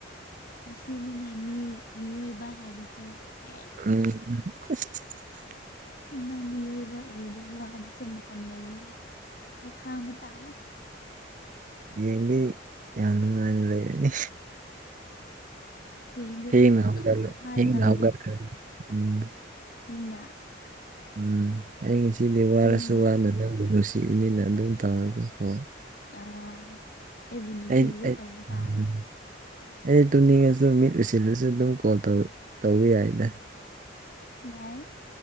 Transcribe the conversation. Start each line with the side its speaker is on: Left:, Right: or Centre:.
Left: ꯑꯁꯤꯅꯤꯅꯦ ꯃꯤ ꯃꯤꯑꯣꯏꯕ ꯍꯥꯏꯕꯁꯦ ꯍꯦꯛ
Right: ꯎꯝ
Left: ꯅꯪ ꯃꯤꯑꯣꯏꯕ ꯑꯣꯏꯔꯗꯤ ꯋꯥꯕꯁꯨ ꯃꯇꯝ ꯂꯩꯌꯦ ꯈꯔ ꯈꯥꯡꯕ ꯇꯥꯔꯦ
Right: ꯍꯌ‌ꯦꯡꯗꯤ ꯌꯥꯝ ꯅꯨꯡꯉꯥꯏꯅ ꯂꯩꯔꯅꯤ
Left: ꯍꯌ‌ꯦꯡꯗꯤ
Right: ꯊꯦꯡꯅ
Left: ꯐꯖꯅ
Right: ꯍꯧꯒꯠꯂ
Left: ꯄꯣꯊꯥꯔꯒ
Right: ꯊꯦꯡꯅ
Left: ꯂꯩꯌ‌ꯣ
Right: ꯍꯧꯒꯠꯈ꯭ꯔꯅꯤ ꯎꯝ
Left: ꯊꯦꯡꯅ
Right: ꯎꯝ ꯑꯩ ꯉꯁꯤꯗꯤ ꯋꯥꯔꯁꯨ
Left: ꯊꯦꯡꯅ
Right: ꯋꯥꯅ ꯅꯪꯕꯨ ꯅꯨꯡꯁꯤꯕꯅꯤꯅ ꯑꯗꯨꯝ ꯇꯧꯔꯒꯦꯀꯣ
Left: ꯑꯥ ꯑꯩꯕꯨ ꯅꯨꯡꯁꯤꯔꯗꯤ
Right: ꯑꯩ ꯑꯩ
Left: ꯇꯧꯕ ꯇꯥꯔꯦ
Right: ꯎꯝ ꯑꯩ ꯇꯨꯝꯅꯤꯡꯉꯁꯨ ꯃꯤꯠ ꯎꯏꯁꯤꯜꯂꯁꯨ ꯑꯗꯨꯝ ꯀꯣꯜ ꯇꯧ ꯇꯧꯕ ꯌꯥꯏꯗ
Left: ꯌꯥꯏ